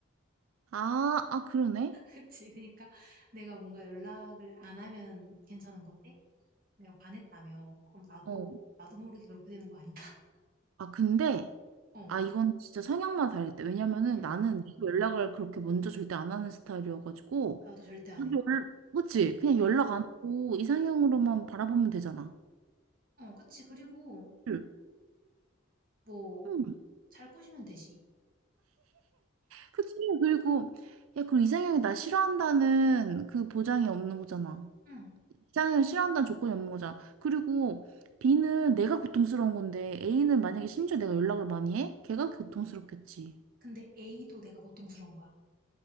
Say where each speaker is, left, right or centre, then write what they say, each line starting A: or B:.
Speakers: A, on the right; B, on the right.
A: 아, 아, 그러네?
B: 그치. 그러니까 내가 뭔가 연락을 안 하면 괜찮은 건데 내가 반했다며. 그럼 나도
A: 어.
B: 나도 모르게 그렇게 되는 거 아닌가? <laughs>
A: 아, 근데.
B: 어,
A: 아, 이건 진짜 성향만 다를 때. 왜냐면은
B: 응.
A: 나는 네가 연락을 그렇게 먼저 절대 안 하는 스타일이어가지고.
B: 나도 절대 안
A: 근데
B: 해.
A: 월- 그치? 그냥
B: 응.
A: 연락 안 하고 이상형으로만 바라보면 되잖아.
B: 어, 그치. 그리고
A: 그치?
B: 뭐
A: 응,
B: 잘 꼬시면 되지.
A: 그치? 그리고, 야, 그 이상형이 나 싫어한다는 그 보장이 없는 거잖아.
B: 응.
A: 이상형을 싫어한다는 조건이 없는 거잖아. 그리고 B는 내가 고통스러운 건데 A는 만약에 심지어 내가 연락을 많이 해? 걔가 고통스럽겠지.
B: 근데 A도 내가 고통스러운 거야.